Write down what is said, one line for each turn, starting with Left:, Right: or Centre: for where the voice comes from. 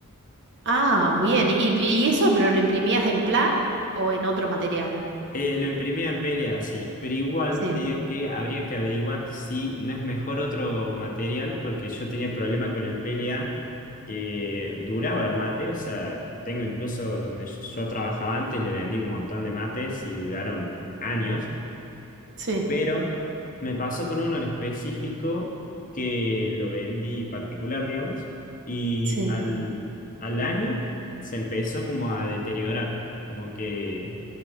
Right: Ah, bien. ¿Y, y eso, pero lo imprimías en PLA o en otro material?
Left: Eh, lo imprimía en PLA, sí, pero igual
Right: Sí,
Left: te digo que habría que averiguar si no es mejor otro material, porque yo tenía problema con el PLA que duraba el mate, o sea, tengo incluso donde yo trabajaba antes, le vendí un montón de mates y duraron años
Right: sí,
Left: pero me pasó con uno en específico que lo vendí particular, digamos, y
Right: sí,
Left: al, al año se empezó como a deteriorar, como que